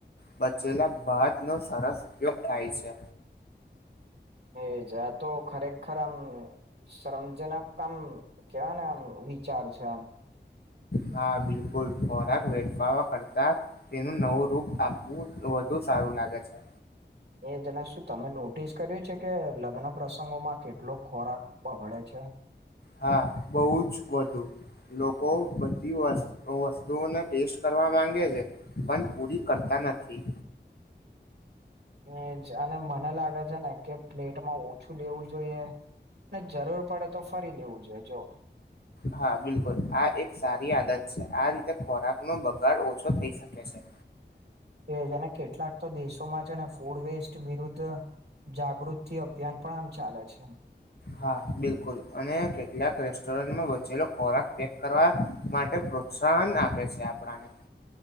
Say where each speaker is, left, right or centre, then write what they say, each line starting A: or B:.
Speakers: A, on the left; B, on the right.
A: બચેલા ભત નો સરસ ઉપયોગ થાય છે.
B: એ જ તો ખરેખર શ્રમજનકમ ક્યાને એમ વિચાર છે આમ
A: હા બિલકુલ ખોરાક વેરફાવ કરતા તેનું નવું રૂપ આપવું વધુ સારું લાગે છે.
B: એ જેને શું તમે નોટિસ કર્યું છે કે લગ્ન પ્રસંગોમાં કેટલો ખોરાક પકડે છે
A: હા બહુ જ વધુ લોકો બધી વસ્તુઓને ટેસ્ટ કરવા માંગે છે. પણ પૂરી કરતા નથી
B: એ જ અને મને લાગે છે ને કે પ્લેટમાં ઓછું લેવું જોઈએ જરૂર પડે તો ફરી લેવું જોઈએ જો
A: હા બિલકુલ આ એક સારી આદત છે આ રીતે ખોરાક નો બગાડ ઓછો થઈ શકે યસ સર
B: કે જેને કેટલાક તો દેશોમાં છે ને ફૂડ વેસ્ટ વિરુદ્ધ જાગૃતિ અભિયાન પણ આમ ચાલે છે.
A: હા બિલકુલ અને કેટલાક રેસ્ટોરન્ટમાં બચેલો ખોરાક પેક કરવા માટે પ્રોત્સાહન આપે છે આપણાને